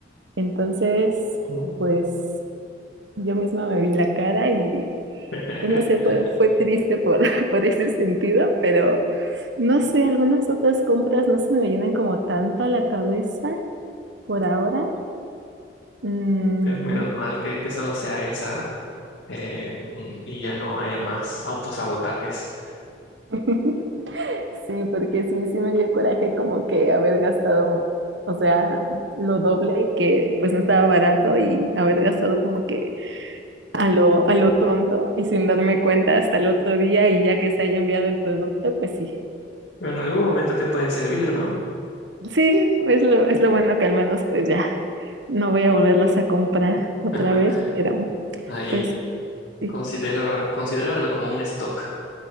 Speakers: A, on the right; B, on the left.
A: Entonces,
B: ujú.
A: pues yo misma me vi la cara y
B: <laughs>
A: pues no sé, fue, fue triste por, <laughs> por ese sentido, pero no sé, algunas otras compras no se me vienen como tanto a la cabeza por ahora. Mm.
B: Pues menos mal que, que solo sea esa eh, mm, y ya no haya más autosabotajes.
A: <laughs> Sí, porque sí, sí me dio coraje como que haber gastado, o sea, lo doble que pues no estaba barato y haber gastado como que a lo, a lo tonto y sin darme cuenta hasta el otro día y ya que se haya enviado el producto, pues sí.
B: Pero en algún momento te pueden servir, ¿no?
A: Sí, es lo, es lo bueno que al menos pues ya no voy a volverlos a comprar otra
B: <laughs>
A: vez, pero
B: Ahí
A: pues sí.
B: Considéralo, considéralo como un stock.